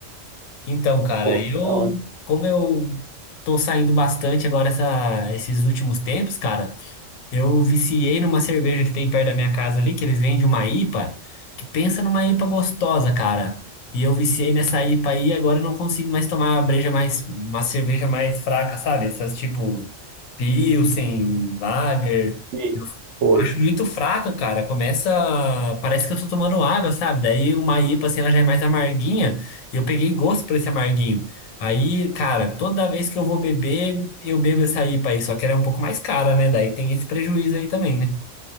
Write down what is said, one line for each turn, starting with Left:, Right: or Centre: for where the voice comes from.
Left: Então, cara,
Right: Pô,
Left: eu,
Right: da hora.
Left: como eu tô saindo bastante agora essa- esses últimos tempos, cara, Eu viciei numa cerveja que tem perto da minha casa ali, que eles vendem uma IPA, que pensa numa IPA gostosa, cara. E eu viciei nessa IPA aí, e agora eu não consigo mais tomar uma breja mais, uma cerveja mais fraca, sabe? Essas tipo Pilsen, Lager.
Right: E aí?
Left: Eu
Right: Pô,
Left: acho muito fraca, cara. Começa, parece que eu tô tomando água, sabe? Daí uma IPA assim, ela já é mais amarguinha. e Eu peguei gosto por esse amarguinho. Aí, cara, toda vez que eu vou beber, eu bebo essa IPA aí, só que ela é um pouco mais cara, né? Daí tem esse prejuízo aí também, né?